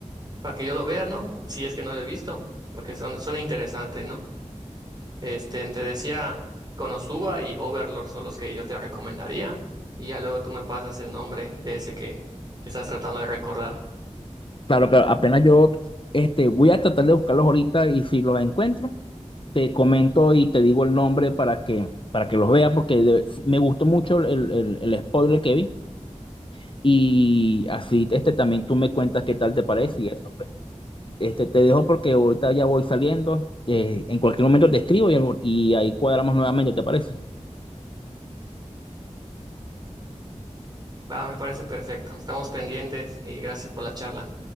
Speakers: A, on the right (about 35°); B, on the left (about 45°).
A: para que yo lo vea, ¿no? Si es que no lo he visto, porque son, son interesantes, ¿no? Este, te decía, Konosuba y Overlord son los que yo te recomendaría. Y ya luego tú me pasas el nombre de ese que, que estás tratando de recordar.
B: claro, claro, apenas yo este, voy a tratar de buscarlos ahorita y si los encuentro, te comento y te digo el nombre para que, para que los veas, porque de- me gustó mucho el, el el spoiler que vi. Y así, este también tú me cuentas qué tal te
A: Ujú.
B: parece y eso, pues. Este, te dejo porque ahorita ya voy saliendo. eh, en cualquier momento te escribo y, y ahí cuadramos nuevamente, ¿te parece?
A: Va, me parece perfecto. Estamos pendientes y gracias por la charla.